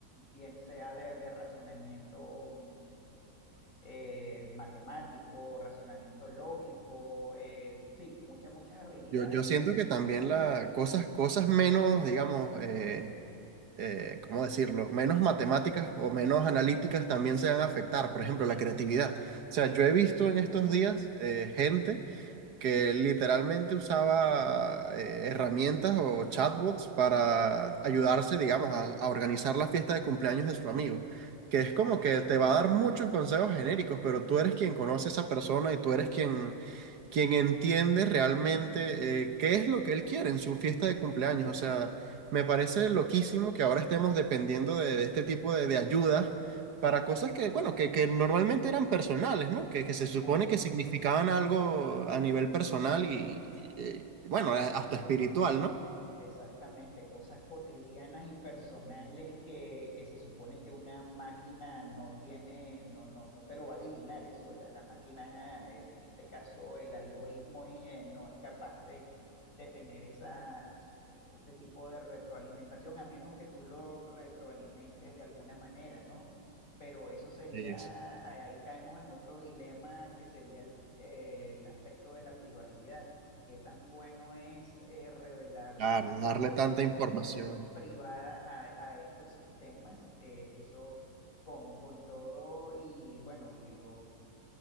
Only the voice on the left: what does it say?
bien sea de, de razonamiento mm, eh, matemático, razonamiento lógico, eh, sí, muchas, muchas habilidades,
claro.
Exactamente, cosas cotidianas y personales que, que se supone que una máquina no tiene, no, no, no te lo va a adivinar eso. La, la máquina, eh, en este caso, el algoritmo eh, no es capaz de, de tener esa, ese tipo de retroalimentación, a menos que tú lo retroalimentes de alguna manera, ¿no? Pero eso sería,
ahí ahí caemos en otro dilema que sería el eh, el aspecto de la privacidad qué tan bueno es eh, revelar
tanta
información
privada a, a estos sistemas. eh, eso con, con todo y bueno, y lo,